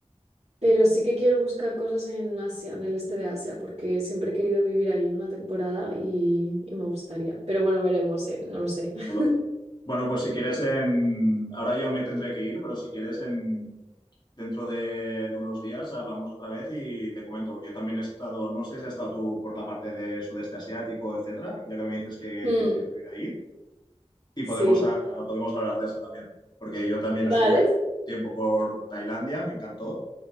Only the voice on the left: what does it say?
Ostras,
qué
chulo. Bueno, pues si quieres en... Ahora yo me tendré que ir, pero si quieres en... dentro de, de unos días hablamos otra vez y te comento, porque yo también he estado, no sé si has estado tú por la parte de sudeste asiático, etcétera, ya que me dices que
quieres ir a vivir ahí, y
podemos, ah, podemos hablar de eso también, porque yo también
estuve un tiempo por Tailandia, me encantó,